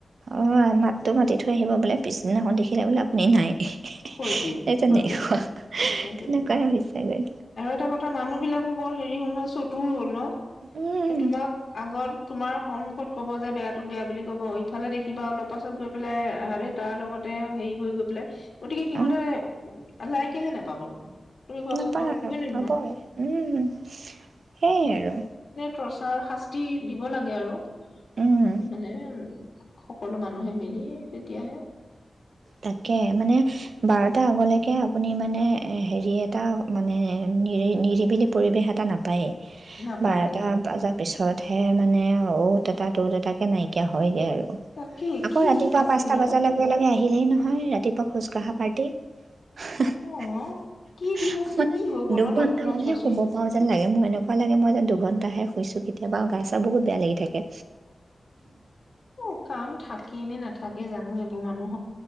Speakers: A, on the right; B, on the left.
A: অ', মাত তো মাতি থৈ আহিব বোলে, পিছদিনাখন দেখিলে বোলে আপুনি নাই। হে হে
B: হয়টোৱে
A: হে সেই তেনেকোৱা,
B: হয়টোৱে সেইটোৱে
A: তেনেকোৱাই হৈছেগৈ।
B: আৰু এটা কথা মানুহ বিলাকো বৰ হেৰি হ'ল নহয় চতুৰ হ'ল ন,
A: উম
B: এ তোমাক আগত তোমাৰ সন্মুখত কব যে বেয়াটোক বেয়া বুলি কব ইফালে দেখিবা অলপ পাছত গৈ পেলাই হেৰি তাৰ লগতে হেৰি হৈ গৈ পেলাই গতিকে সিহঁতে
A: অ
B: লাই কেলে নাপাবনো? তুমি কোৱাচোন
A: নাপায়
B: বাৰু হয় নে নহয়
A: পাবই, উম সেয়েই আৰু
B: চৰ্চাৰ শাস্তি দিব লাগে আৰু
A: উম
B: মানে সকলো মানুহে মিলি তেতিয়াহে
A: তাকে মানে বাৰটা আগলৈকে আপুনি মানে হেৰি এটা মানে নিৰি, নিৰিবিলি পৰিৱেশ এটা নাপায়েই।
B: নাপায়
A: বাৰটা
B: নাপায়
A: বাজাৰ পিছত উঠে মানে, অ'ত এটা ত'ত এটাকে নাইকিয়া হয়গে আৰু
B: তাকে
A: আকৌ
B: কি
A: ৰাতিপুৱা
B: দিন আছিল
A: পাঁচটা
B: ন
A: বজা লগে-লগে আহি দিলেই নহয়, ৰাতিপুৱা খোজ কঢ়া পাৰ্টি হুহ হু
B: অ কি দিন আছিল
A: মানে
B: কি হৈ গ'ল
A: দুঘন্টা
B: ন তৎক্ষণাত
A: মানহে
B: চোৱাচোন
A: শুব পাও যেন লাগে, মোৰ এনেকোৱা লাগে মই যেন দুঘন্টাহে শুইছো, কেতিয়াবা গাছ বহুত বেয়া লাগি থাকে।
B: অও, কাম থাকেই নে, নাথাকে জানো এইবোৰ মানুহ